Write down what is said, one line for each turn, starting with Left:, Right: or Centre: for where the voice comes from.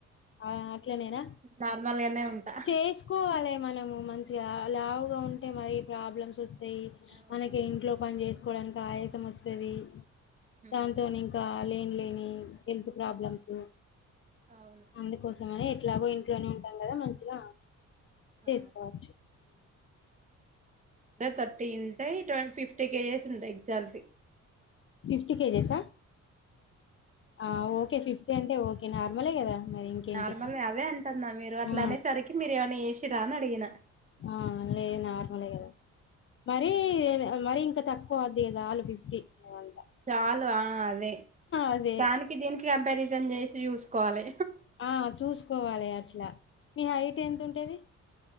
Left: ఆ అట్లనేనా
Right: నార్మల్ గానే ఉంటా
Left: చేసుకోవాలి మనం మంచిగా లావుగా ఉంటే మరి ప్రాబ్లమ్స్ <unintelligible>
Right: అవునవును
Left: మనకి ఇంట్లో పని చేస్ కోడానికి ఆయాసం వస్తుంది
Right: ఉమ్.
Left: దాతో ఇంకా లేని లే హెల్త్ ప్రాబ్లమ్స్
Right: అవును
Left: అందుకోస <unintelligible> ఇట్లాగో ఇంట్లోనే ఉంటాం కదా మంచిగా
Right: ఆ.
Left: చేసుకోవచ్చు
Right: థర్టీ ఉంటాయి <unintelligible> ఫిఫ్టీ కేజెస్ ఉంది ఎగ్జాల్
Left: ఫిఫ్టీ కేజెసా ఆ ఓకే ఫిఫ్టీ అంటే ఓకే నార్మలే కదా మరి ఇంకేంటి
Right: నార్మల్ అదే అంటన్నా మీరు అట్లా
Left: ఆ
Right: అనేసరికి మీరు ఏమైనా చేసి చిరా నడిగిన
Left: ఆ లే నార్మల్ కదా మరి మరి ఇంకా తక్కువ వద్ది కదా లు ఫిఫ్టీ అంతా
Right: చాలు ఆ అదే
Left: అదే
Right: దానికి దీనికి కంప ఇదం చేసి చూసుకోవాలి
Left: ఆ చూసుకోవాలి అట్లా మీ హైట్ ఎంత ఉంటది